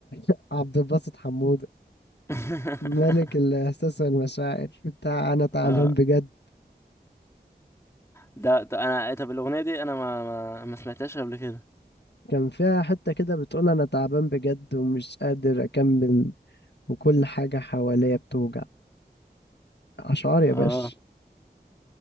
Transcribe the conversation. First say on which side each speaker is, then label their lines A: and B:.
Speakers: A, on the left; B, on the left.
A: <laughs> عبد الباسط حمودة
B: <laughs>
A: ملك الاحساس والمشاعر بتاع انا تعبان
B: اه
A: بجد
B: ده, ده انا طب الاغنيه دي انا ما ما, ما سمعتهاش قبل كده
A: كان فيها حتة كده بتقول انا تعبان بجد ومش قادر اكمل وكل حاجة حواليا بتوجع اشعار يا
B: اه
A: باشا